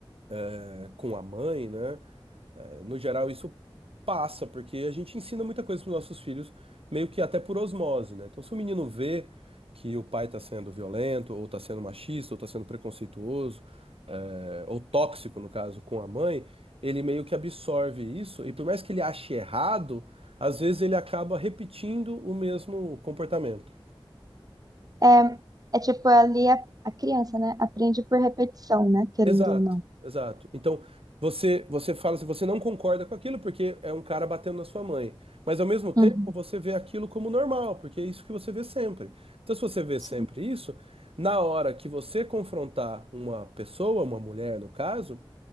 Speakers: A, on the right; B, on the right.
A: é, com a mãe, né? eh, no geral, isso passa, porque a gente ensina muita coisa para nossos filhos, meio que até por osmose, né? Então, se o menino vê que o pai está sendo violento, ou está sendo machista, ou está sendo preconceituoso, é, ou tóxico, no caso, com a mãe, ele meio que absorve isso, e por mais que ele ache errado, às vezes ele acaba repetindo o mesmo comportamento.
B: É, é tipo, ali a, a criança, né? Aprende por repetição, né? Querendo
A: Exato,
B: ou não.
A: exato. Então, você você fala se você não concorda com aquilo porque é um cara batendo na sua mãe, mas ao mesmo tempo
B: Uhum,
A: você vê aquilo como normal, porque é isso que você vê sempre. Então, se você vê sempre
B: sim.
A: isso, na hora que você confrontar uma pessoa, uma mulher no caso,